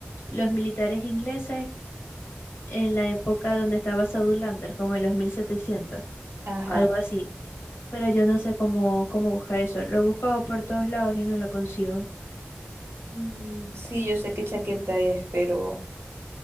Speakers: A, on the left; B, on the right.
A: los militares ingleses en la época donde estaba Sadulander, como en los 1700,
B: Ajá.
A: algo así pero yo no sé cómo, cómo buscar eso. Lo he buscado por todos lados y no lo consigo.
B: Mm, sí, yo sé qué chaqueta es, pero